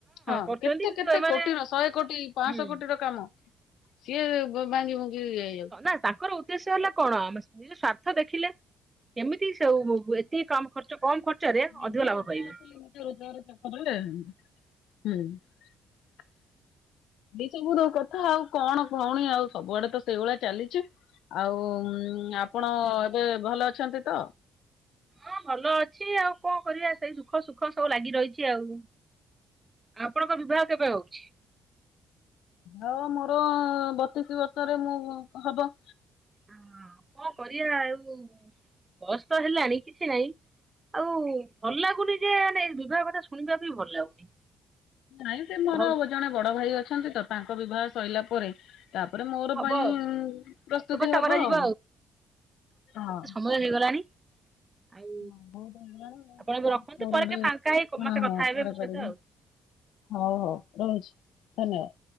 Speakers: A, on the left; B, on the right.
A: ହଁ
B: କରୁଛନ୍ତି
A: କେତେ
B: କିନ୍ତୁ
A: କେତେ
B: ଏମାନେ
A: କୋଟିର ଶହେ କୋଟି ପାଞ୍ଚଶହ
B: ହୁଁ
A: କୋଟି ର କାମ। କିଏ ଭାଙ୍ଗି ଭଙ୍ଗିକି ଯାଇ
B: ନା ତାଙ୍କର ଉଦ୍ଦେଶ୍ୟ ହେଲା କଣ ଆମେ ନିଜ ସ୍ୱାର୍ଥ ଦେଖିଲେ କେମିତି ସବୁ ଏତିକି ଖର୍ଚ୍ଚ କମ ଖର୍ଚ୍ଚ ଚ
A: ନିଜେ
B: ଅଧିକ ଲାଭ
A: ରୋଜଗାର
B: ପାଇବୁ।
A: ଖାଲି ନିଜେ ରୋଜଗାର ହୁଁ ଏ ସବୁ ଦୋଉ କଥା ଆଉ କଣ ଭଉଣୀ ଆଉ ସବୁଆଡେ ତ ସେଇଭଳିଆ ଚାଲିଛି। ଆଉ ଆପଣ ଏବେ ଭଲ ଅଛନ୍ତି ତ।
B: ହଁ ଭଲ ଅଛି ଆଉ କଣ କରିବା ସେଇ ସୁଖ ସୁଖ ସବୁ ଲାଗି ରହିଛି ଆଉ। ଆପଣଙ୍କ ବିବାହ କେବେ ହଉଛି?
A: ହ ମୋର ବତିଶ ବର୍ଷରେ ମୁଁ ହବ।
B: ହ କଣ କରିବା ଆଉ ବସ୍ ତ ହେଲାଣି କିଛି ନାଇଁ ଆଉ ଭଲ ଲାଗୁନି ଯେ ମାନେ ବିବାହ କଥା ଶୁଣିବାକୁ ବି ଭଲ ଲାଗୁନି।
A: ନାଇଁ ସେ ମୋର
B: ହଉ
A: ଜଣେ ବଡ ଭାଇ ଅଛନ୍ତି ତ ତାଙ୍କ ବିବାହ ସଇଲା ପରେ ତାପରେ ମୋର
B: ହବ
A: ପାଇଁ
B: ଆଉ
A: ପ୍ରସ୍ତୁତି
B: ବ୍ୟବସ୍ଥା
A: ହବ
B: କରାଯିବ
A: ଆଉ ହଁ।
B: ମର ହେଇଗଲାଣି। ଆଉ
A: ହ ଯର
B: ଆପଣ
A: ହ
B: ଏବେ ରଖନ୍ତୁ
A: ହଁ
B: ପରେ କେବେ ଫାଙ୍କା ହେଇ
A: ପରା
B: ମତେ କଥା
A: କ
B: ହେବେ ମୋ ସହିତ ଆଉ।
A: <unintelligible> ହଉ ହଉ ରହୁଛି ଧନ୍ୟବାଦ।